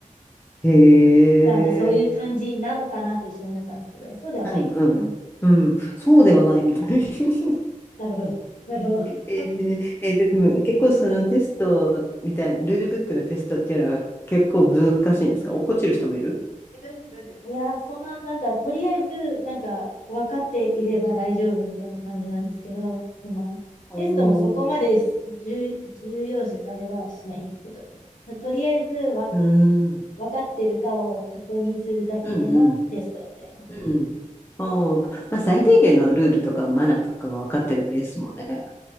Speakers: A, on the left; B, on the left.
A: へえ。
B: なんでそういう感じなのかなと一瞬思ったんですけど、そうではないですね。
A: うんうん。うん、そうではないみたい。<laughs>
B: なるほど。<laughs> なるほど。、、。
A: えーえーでも結構そのテストみたいな、ルールブックのテストっていうのは結構難しいんですか落っこちる人もいる
B: いやー、そんな、なんか、とりあえず、なんか、分かっていれば大丈夫みたいな感じなんですけど、その、
A: お
B: テストもそこまで重、
A: ー、
B: 重要視されはしないんですけど、と、とりあえずわ、
A: うん、うん
B: 分かってるかを確認するだけのテストみたいな。
A: うん、うん。おー、まあ、最低限のルールとかマナーとかが分かってればいいですもんね。